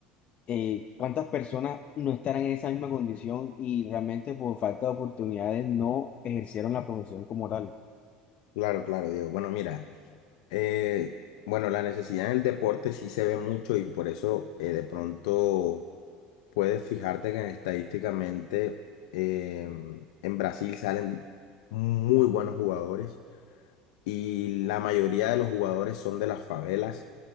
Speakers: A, on the left; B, on the left.
A: eh, ¿cuántas personas no estarán en esa misma condición y realmente por falta de oportunidades no ejercieron la profesión como tal?
B: Claro, claro, Diego. Bueno, mira, eh, bueno, la necesidad en el deporte sí se ve mucho y por eso eh, de pronto puedes fijarte que estadísticamente eh, en Brasil salen muy buenos jugadores y la mayoría de los jugadores son de las favelas,